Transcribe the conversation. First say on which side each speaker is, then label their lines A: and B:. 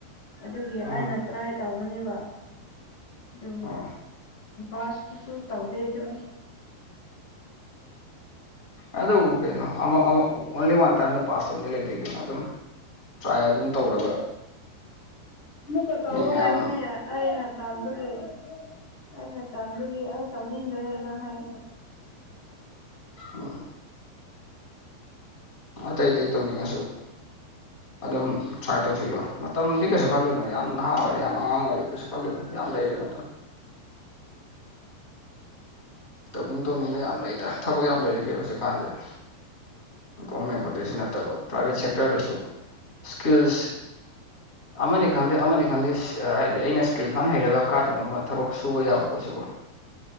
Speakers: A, on the left (about 45°); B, on the left (about 15°).
A: ꯑꯗꯨꯒꯤ
B: ꯎꯝ
A: ꯑꯩꯅ ꯇ꯭ꯔꯥꯏ ꯇꯧꯧꯕꯅꯦꯕ ꯑꯗꯨ
B: ꯑꯣ
A: ꯑ ꯁ ꯇꯨꯁꯨ ꯇꯧꯗ ꯑꯗꯨ
B: ꯑ ꯑꯗꯨ ꯎ ꯀꯩꯗ ꯑꯣꯟꯂꯤ ꯋꯥꯟ ꯊꯔ ꯄꯥꯁ ꯇꯧ ꯂꯩ ꯀ ꯇ꯭ꯔꯥꯏ ꯑꯗꯨꯝ ꯇꯧꯔꯒ
A: ꯑꯃꯨꯛꯀ ꯇꯧꯎ
B: ꯃꯤ ꯃꯌꯥꯝ
A: ꯍꯥꯏꯕꯅꯦ ꯑꯩꯅ ꯇꯥꯟꯕꯒꯤ ꯑꯩꯅ ꯇꯥꯟꯒꯤ ꯑꯩ ꯇꯧꯅꯤꯡꯤꯟ꯭ꯔꯦꯅ ꯍꯥꯏ
B: ꯑꯣ
A: <inaudible>
B: ꯑꯇꯩ ꯑꯇꯩ ꯇꯧꯅꯤꯡꯉꯁꯨ ꯑꯗꯨꯝ ꯇ꯭ꯔꯥꯏ ꯇꯧꯁꯤꯜꯂꯣ ꯃꯇꯝꯗꯤ ꯀꯩꯁꯨ ꯈꯜꯂꯨꯅꯣ ꯌꯥꯝ ꯅꯍꯥ ꯑꯣꯏꯔꯦ ꯌꯥꯝ ꯑꯉꯥꯡ ꯑꯣꯏꯔꯦ ꯀꯩꯁꯨ ꯈꯜꯂꯨ ꯌꯥꯝ ꯂꯩꯔꯦ ꯃꯇꯝ ꯇꯧꯅꯤꯡ ꯇꯧꯅꯤꯡꯕ ꯌꯥꯝ ꯂꯩꯗ ꯊꯕꯛ ꯌꯥꯝ ꯂꯩꯔꯦ ꯀꯣ ꯍꯧꯖꯤꯛꯀꯥꯟꯗꯤꯗ ꯒꯣꯔꯃꯦꯟ ꯈ ꯁꯨ ꯅꯠꯇꯕ ꯄ꯭ꯔꯥꯏꯚꯦꯠ ꯁꯦꯛꯇꯔꯗꯁꯨ ꯏꯁꯀꯤꯜꯁ ꯑꯃꯅꯤ ꯈꯪꯗꯦ ꯑꯃꯅꯤ ꯈꯪꯗꯦ ꯍꯥꯏꯗꯤ ꯑꯩꯅ ꯏꯁꯀꯤꯜ ꯐꯟ ꯍꯩꯔꯒ ꯀꯥꯏꯗꯅꯕ ꯑꯃ ꯊꯕꯛ ꯁꯨꯕ ꯌꯥꯕ ꯄꯣꯠꯁꯤꯀꯣ